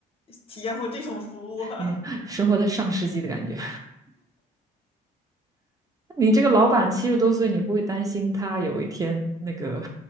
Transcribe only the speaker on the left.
体验过这种服务。<laughs>